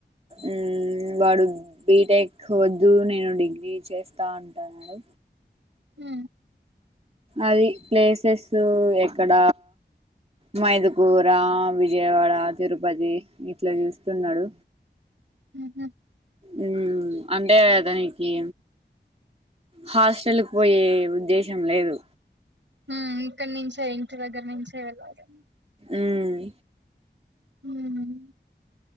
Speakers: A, on the right; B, on the right.
A: ఉమ్ వాడు బిటెక్ వద్దు నేను డిగ్రీ చేస్తా అంటన్నాడు
B: ఉ
A: అది ప్లేసెస్ ఎక్కడ మైదుకూర వి విజయవాడ తిరుపతి ఇట్లా చూస్తున్నాడు
B: ఉహు
A: ఉమ్ అంటే దానికి హాస్టల్ కు పోయే ఉద్దేశం లేదు
B: ఉ ఇక్కడ నుంచే ఇంటి దగ్గర నుంచే వెళ్ళాలి
A: ఉమ్
B: ఉమ్